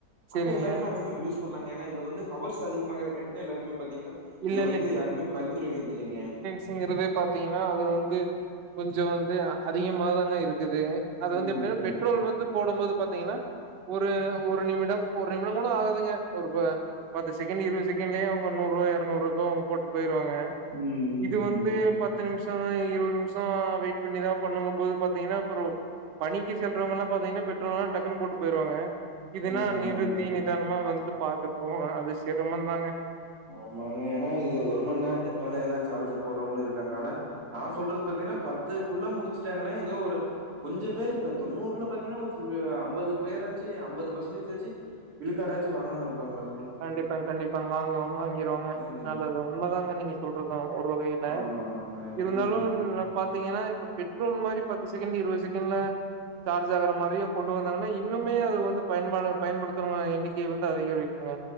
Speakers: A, on the right; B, on the right.
A: சேரிங்க
B: அப்ப எல்லாருமே அதிகமா யூஸ் பண்லாங்க ஏன்னா இது வந்து ஹவர்ஸ் அதிகமாகுறக்காட்டிதா எல்லாருமே பாத்தீங்கன்னா
A: இல்ல
B: இத வந்து யாருமே பரிந்துரைக்கிறது இல்லைங்க
A: ஸ்ங்கிறதே பாத்தீங்கன்னா அது வந்து கொஞ்சோ வந்து அதிகமாதாங்க இருக்குது அது
B: ம்,
A: வந்து எப்டின்னா
B: ம்.
A: பெட்ரோல் வந்து போடும் போது பாத்தீங்கன்னா ஒரு ஒரு நிமிடம் ஒரு நிமிடம் கூட ஆகாதுங்க ஒரு ப பத்து செகண்ட் இருவது செகண்ட்லே அவங்க நூருவா கேப் எரநூறுக்கு அவங்க போட்டு போயிருவாங்க
B: ம், ம்,
A: இது வந்து
B: ம்.
A: பத்து நிம்ஷோ இருவது நிம்ஷோ வெயிட் பண்ணிதா பண்ணனும்போது பாத்தீங்ன்னா அப்றோ பணிக்கு செல்றவங்கெல்லா பாத்தீங்கன்னா பெட்ரோல்லா டக்குன் போட்டு போயிருவாங்க இதுனா
B: ஆமாமாங்க.
A: நிறுத்தி நிதான மா வந்து பாத்துட் போவாங்க அது சிரமந்தாங்க
B: ஆமாங்க ஏனா இது ஒரு மண் நேரத்துக் மேலயெல்லா சார்ஜு போட்றவங்களு இருக்காங்க ஆனா நா சொல்றது பாத்தீங்னா பத்துக்குள்ள முடிச்சுட்டாங்கன்னா எதோ ஒரு கொஞ்ச பேர் இப்ப தொண்ணூர்ல பாத்தீங்னா ஒரு ஃபி அ அம்பது பேராச்சு அம்பது பர்சன்டேஜ் ஆச்சு விழுக்காடாச்சு வாங்காம இருப்பாங்ளா
A: கண்டிப்பாங்க கண்டிப்பாங்க வாங்குறவங்க வாங்கிருவாங்க
B: ம்.
A: நல்லதுதா உண்மதாங்க நீங்க சொல்றது ஒரு வகைல
B: ஆமாமாங்க.
A: இருந்தாலு
B: ம்.
A: நப் பாத்தீங்கன்னா இப்ப பெட்ரோல் மாரி பத்து செகண்ட் இருவது செகண்ட்ல சார்ஜ் ஆகுற மாரியு கொண்டு வந்தாங்கன்னா இன்னுமே அது வந்து பயன்படா பயன்படுத்துறவங்க எண்ணிக்கை வந்து அதிகரிக்குங்க